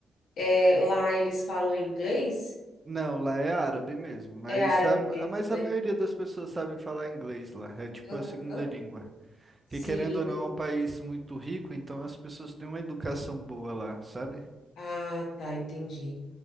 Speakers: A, on the left; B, on the right.
A: é, lá eles falam inglês,
B: Não, lá é árabe mesmo, mas
A: é árabe
B: a, a-
A: mesmo,
B: mas a
A: né?
B: maioria das pessoas sabe falar inglês lá, é tipo
A: Aham.
B: a segunda língua.
A: Sim,
B: Que querendo ou
A: entendi.
B: não, é um país muito rico, então as pessoas têm uma educação boa lá, sabe?
A: Ah, tá, entendi.